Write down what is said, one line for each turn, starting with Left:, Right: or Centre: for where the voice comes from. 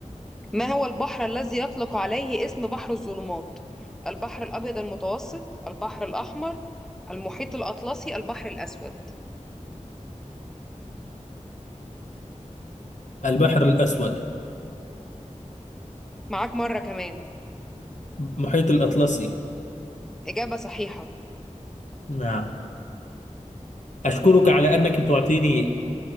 Centre: ما هو البحر الذي يطلق عليه اسم بحر الظلمات البحر الأبيض المتوسط البحر الأحمر المحيط الأطلسي البحر الأسود
Left: البحر الأسود
Centre: معاك مرة كمان
Left: محيط الأطلسي
Centre: إجابة صحيحة
Left: نعم أشكرك على أنك تعطيني